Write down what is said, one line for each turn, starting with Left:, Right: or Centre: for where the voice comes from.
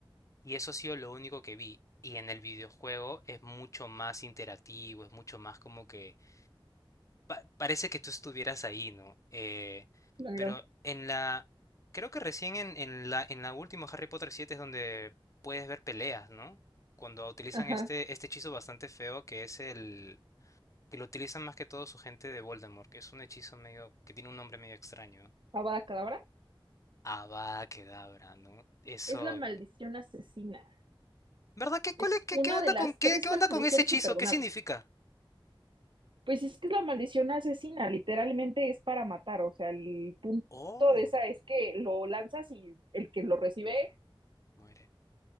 Left: Y eso ha sido lo único que vi. Y en el videojuego es mucho más interactivo, es mucho más como que pa- parece que tú estuvieras ahí, ¿no? Eh,
Right: Claro.
Left: pero en la... Creo que recién en, en la, en la última Harry Potter 7 es donde puedes ver peleas, ¿no? Cuando utilizan
Right: Ajá.
Left: este, este hechizo bastante feo que es el... que lo utilizan más que todo su gente de Voldemort, que es un hechizo medio... que tiene un nombre medio extraño.
Right: Avada Kedavra
Left: Avada Kedavra, ¿no? Eso...
Right: es la maldición asesina.
Left: ¿Verdad? ¿Qué, cuál
Right: Es
Left: es- qué,
Right: una
Left: qué onda
Right: de las
Left: con, qué,
Right: tres
Left: qué onda
Right: maldiciones
Left: con ese hechizo?
Right: imperdonables.
Left: ¿Qué significa?
Right: Pues es que es la maldición asesina, literalmente es para matar, o sea, el punto
Left: Oh,
Right: de esa es que lo lanzas y el que lo recibe,
Left: muere.